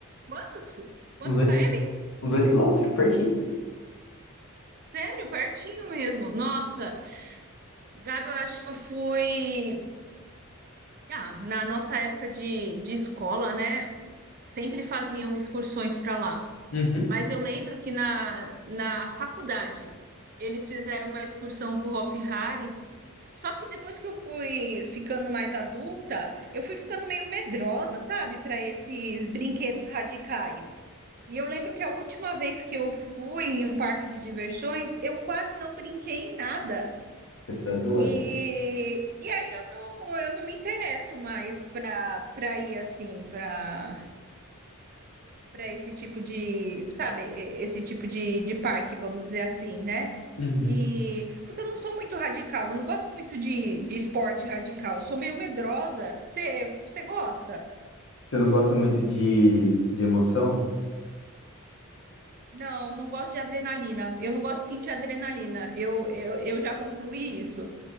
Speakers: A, on the right (about 45°); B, on the left (about 65°).
A: Quantos? Quantos
B: Uns 8.
A: km?
B: Uns 8 quilômetros, pertinho.
A: Sério, pertinho mesmo. Nossa, Gabi, eu acho que eu fui. Ah, na nossa época de, de escola, né? Sempre faziam excursões para lá.
B: Uhum,
A: Mas eu lembro que na, na faculdade eles fizeram uma excursão para o Hop Hari Só que depois que eu fui ficando mais adulta, eu fui ficando meio medrosa, sabe, para esses brinquedos radicais. E eu lembro que a última vez que eu fui em um parque de diversões, eu quase não brinquei em nada.
B: Você tá zoando.
A: E, e aí eu não, eu não me interesso mais para para ir assim, para para esse tipo de, sabe, esse tipo de, de parque, vamos dizer assim, né?
B: uhum.
A: E porque eu não sou muito radical, eu não gosto muito de, de esporte radical, eu sou meio medrosa. Você você gosta?
B: Você não gosta muito de, de emoção?
A: Não, não gosto de adrenalina. Eu não gosto de sentir adrenalina. Eu, eu, eu já concluí isso.